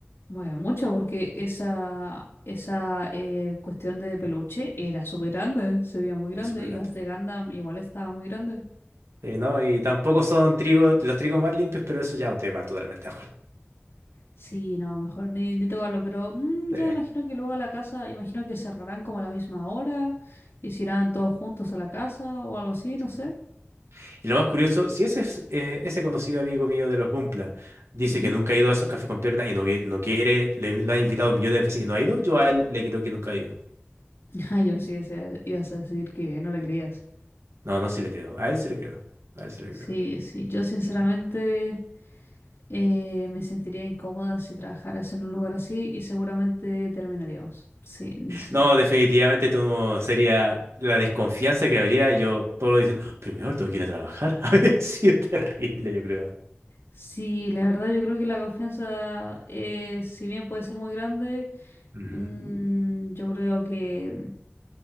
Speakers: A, on the left; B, on the right.
A: Bueno, mucho, porque esa, esa eh, cuestión de peluche era súper grande, se veía muy grande.
B: Es súper
A: Y
B: grande.
A: las de Gundam igual estaba muy grande.
B: Sí, ¿no? Y tampoco son trigo, los trigos más limpios, pero eso ya es un tema totalmente <laughs> aparte.
A: Sí, no, mejor ni, ni tocarlo, pero mm,
B: Sí,
A: ya imagino que luego a la casa, imagino que cerrarán como a la misma hora y se irán todos juntos a la casa o algo así, no
B: sí.
A: sé.
B: Y lo más curioso, si ese, es- eh, ese conocido amigo mío de los Gumpla dice
A: Ujú.
B: que nunca ha ido a esos cafés con piernas y no, qui- no quiere, le, lo ha invitado millones de veces y no ha ido, yo a él le creo que nunca ha ido.
A: <laughs> Ay, yo sí, ese- ibas a decir que no le creías.
B: No, no, sí le creo. A él sí le creo. A él sí le
A: Sí,
B: creo.
A: sí, yo sinceramente
B: Sí.
A: eh, me sentiría incómoda si trabajaras en un lugar así y seguramente terminaríamos. Sí, sí.
B: No, definitivamente tú no- sería la desconfianza que habría. Yo todo lo diciendo, primero tengo que ir a trabajar. <laughs> Habría sido terrible, yo creo.
A: Sí, la verdad yo creo que la confianza, eh, si bien puede ser muy grande,
B: Ujú.
A: mm, yo creo que...